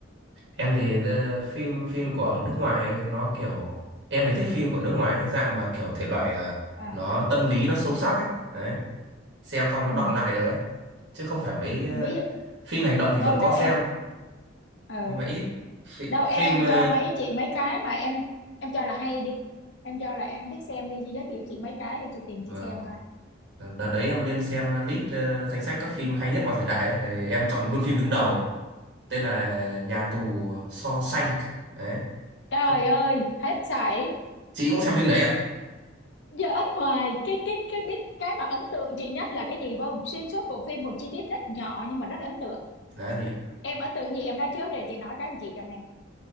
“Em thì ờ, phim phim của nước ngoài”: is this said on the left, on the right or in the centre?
Right